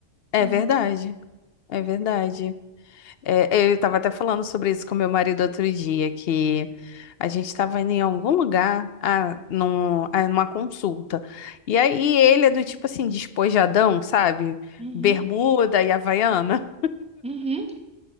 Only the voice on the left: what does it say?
é
verdade, é verdade. É, é, eu estava até falando sobre isso com meu marido outro dia, que a gente estava indo em algum lugar, ah, num, ah, numa consulta. E aí ele é do tipo assim, despojadão, sabe?
Bermuda e Havaiana.